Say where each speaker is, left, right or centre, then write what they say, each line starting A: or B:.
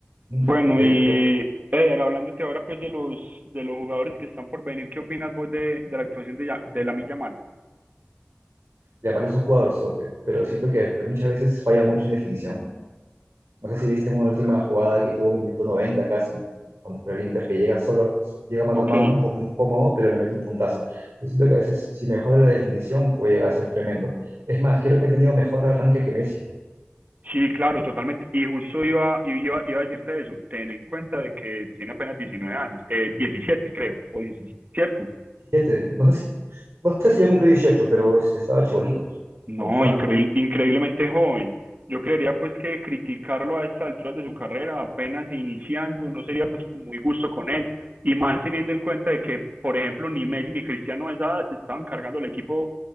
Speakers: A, on the right; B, on the right.
A: ¿No?
B: Bueno,
A: Porque
B: y Eder, hablándote ahora pues de los de los jugadores que están por venir, ¿qué opinas vos de, de la actuación de, Ya- de Lamine Yamal?
A: Yamal es un jugador sote, pero siento que muchas veces falla mucho en definición. No sé si viste una última jugada que tuvo en el minuto 90 casi contra el Inter, que llega solo, llega mano
B: Ok,
A: a mano, un poco incómodo, pero le mete un puntazo. Yo siento que a veces si mejora la definición puede llegar a ser tremendo. Es más, creo que ha tenido mejor arranque que Messi.
B: Sí, claro, totalmente. Y justo iba, iba, iba a decirte eso. Ten en cuenta de que tiene apenas 19 años, eh, 17 creo, o 17, ¿cierto?
A: 17, no sé si, no sé si ya cumplió 18, pero este, estaba chibolito, pues,
B: No,
A: como está.
B: increíble, increíblemente joven. Yo creería pues que criticarlo a estas alturas de su carrera, apenas iniciando, no sería pues como muy justo con él. Y más teniendo en cuenta de que, por ejemplo, ni Messi ni Cristiano a esa edad se estaban cargando el equipo